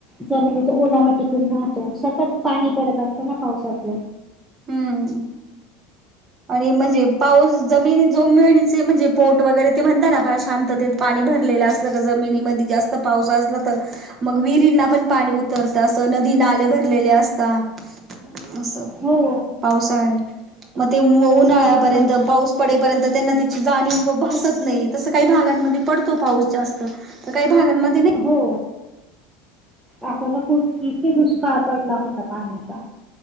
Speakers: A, in the centre; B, on the right.
A: जमिनीत ओलावा टिकून राहत. सतत पाणी पडत असत ना पावसाच.
B: हम्म आणि म्हणजे पाऊस जमिनी जोमिळणीचे म्हणजे पोट वगैरे ते म्हणताना पहा शांततेत पाणी भरलेलं असलं का जमिनीमध्ये जास्त पाऊस असला तर मग विहिरींना पण पाणी उतरतं, अस नदी नाले भरलेले असतात अस
A: हो
B: पावसाळ्यात. मग ते उन्हाळ्यापर्यंत
A: हो मग
B: पाऊस पडेपर्यंत त्यांना त्याची जाणीव भासत नाही तसं काही भागांमध्ये पडतो पाऊस जास्त. तर काही भागामध्ये.
A: हो आ तर खूप किती दुष्काळ पडला होता पाण्याचा